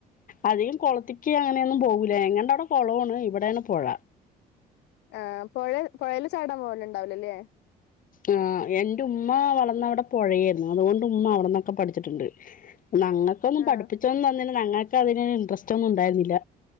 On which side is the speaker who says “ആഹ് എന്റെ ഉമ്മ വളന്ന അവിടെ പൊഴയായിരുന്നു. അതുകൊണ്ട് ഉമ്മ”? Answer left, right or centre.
Left